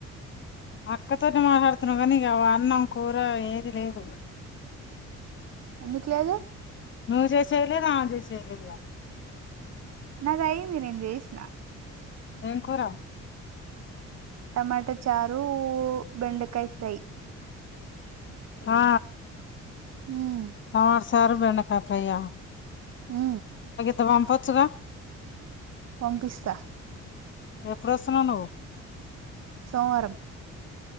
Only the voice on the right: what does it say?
ఎందుకు లేదు
నాది అయ్యింది నేం జేసి
టమాటా చారు బెండకాయ ఫ్రై
ఉమ్
హు
వంపిస్తా
సోమవారం